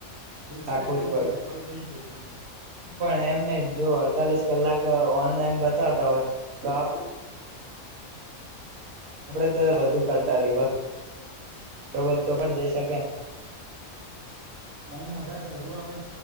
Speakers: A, on the right (about 20°); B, on the right (about 80°).
A: વિચારી
B: રાખવું
A: જ લેવું ભાઈ
B: પડે
A: કે અઠવાડયુ થઈ જશે. કેમ
B: પણ એમને જો અડતાલીસ કલાક ઓનલાઈન બતાવતા હોય તો આપ આપડે તો વધુ કરતા રહીએ બરોબર તો પણ જઈ શકાય
A: <unintelligible> જો આપડે